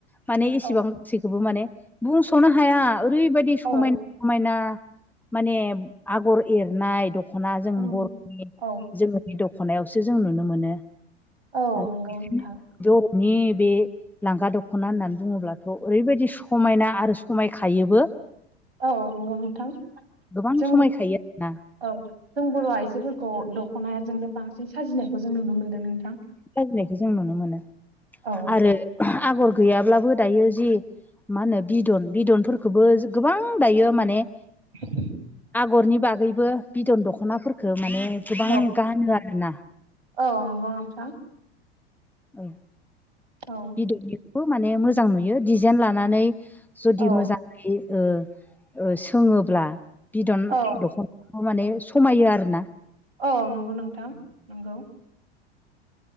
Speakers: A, in the centre; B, on the right (about 70°).
A: माने इसेबां
B: औ
A: गासैखौबो माने बुंस'नो हाया। ओरैबायदि
B: औ
A: समायना समायना माने आगर एरनाय दख'ना जों
B: ओं
A: बर'नि
B: औ
A: जोंनि दख'नायावसो जों नुनो मोनो।
B: औ
A: आरो
B: नंगौ नोंथां
A: ज नि बे लांगा दख'ना होननानै बुङोब्लाथ' ओरैबायदि समायना आरो समायखायोबो
B: औ नंगौ नोंथां
A: गोबां
B: जों
A: समायखायो आरोना
B: औ जों बर' आइजोफोरखौ दख'नायाजोंनो बांसिन साजिनायखौ जों नुनो मोनदों नोंथां।
A: <unintelligible> जों नुनो मोनो
B: औ
A: आरो आगर गैयाब्लाबो दायो जि मा होनो बिदन बिदनफोरखौबो गोबां दायो माने
B: <inaudible>
A: आगरनि बागैबो बिदन दखनाफोरखौ माने गोबां
B: औ
A: गानो आरो ना।
B: औ नंगौ नोंथां।
A: औ
B: औ
A: बिदननोखौबो माने मोजां नुयो डिजाइन लानानै जुदि
B: औ
A: मोजाङै ओ ओ सोङोब्ला बिदन
B: औ
A: दख'ना माने समायो आरो ना।
B: औ नंगौ नोंथां नंगौ।